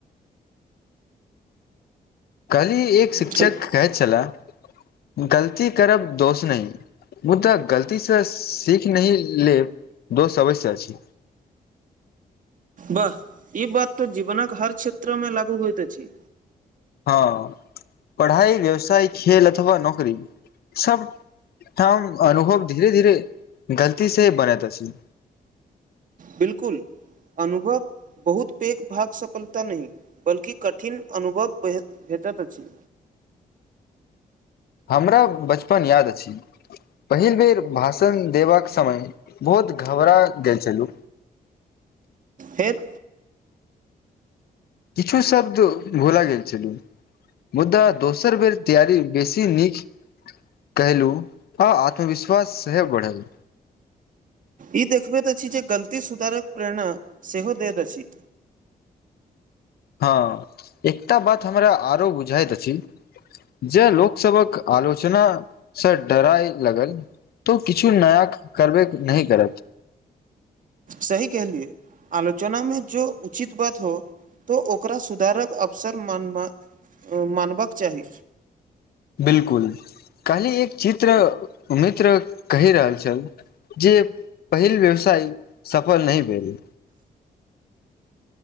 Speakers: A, on the left; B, on the right.
A: कहली एक शिक्षक
B: छल
A: कहैत छलाह गलती करब दोष नही मुदा गलतीसँ सीख नहि लेब दोस्त अवश्य अछि
B: वाह ई बात तो जीवनक हर क्षेत्र में लागू होइत अछि
A: हँ पढ़ाइ व्यवसाय खेल अथवा नौकरी सब हँ अनुभव धीरे धीरे गलती से ही बनैत अछि
B: बिलकुल अनुभव बहुत पैघ भाग सफलता नहि बल्कि कठिन अनुभव भेटैत अछि
A: हमरा बचपन याद अछि पहिल बेर भाषण देबाक समय बहुत घबरा गेल छलहुँ
B: हेैत
A: किछु शब्द भोला गेल छलीह मुद्दा दोसर बेर तैयारी बेसी नीक कहलहु अ आत्मविश्वास सेह बढ़ल
B: ई देखबैत अछि जे गलती सुधारक प्रेरणा सेहो दैत अछि
A: हँ एकटा बात हमरा आरो बुझाइत अछि जे लोकसभक आलोचना से डराय लगल तऽ ओ किछु नया करबे नई करत
B: सही कहलियए आलोचना मे जो उचित बात हो तऽ ओकरा सुधारक अवसर मानबाक चाही
A: बिल्कुल कालहि एक चित्र मित्र कहि रहल छल जे पहिल व्यवसाय सफल नहि भेल